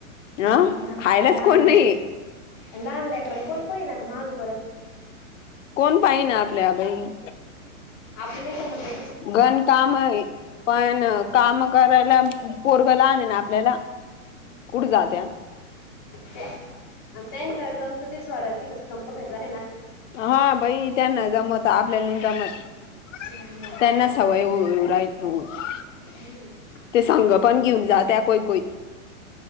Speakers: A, on the left; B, on the left.
A: नाही
B: अं
A: ना
B: खायलाच
A: लहान
B: कोण नाही
A: लहान लेकराला कोण पहिल ना तर मागं परत
B: कोण पाई ना आपल्या बाई
A: आपल्याला जमतंय
B: घर काम पण काम करायला पोरबला आण ना आपल्याला कुठे जात्या
A: त्याला जमत ते सोडायलात कंपनीत जात
B: हा बाई त्यांना जमत आपल्याला नाही जमत
A: नाही
B: त्यांना
A: आलेलं
B: सवय
A: नाही
B: राय होती
A: हम्म
B: ते संग पण घेऊन जा त्या कोई कोई